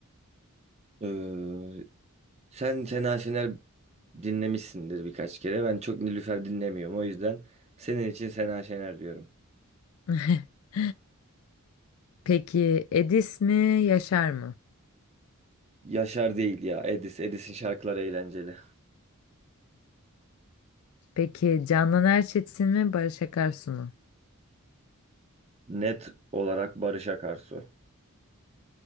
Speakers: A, on the right (about 30°); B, on the left (about 75°).
A: Ee, Sen Sena Şener dinlemişsindir birkaç kere. Ben çok Nilüfer dinlemiyorum. O yüzden senin için Sena Şener diyorum.
B: <laughs> Peki Edis mi, Yaşar mı?
A: Yaşar değil ya. Edis. Edis'in şarkıları eğlenceli.
B: Peki Candan Erçetin mi, Barış Akarsu mu?
A: Net olarak Barış Akarsu.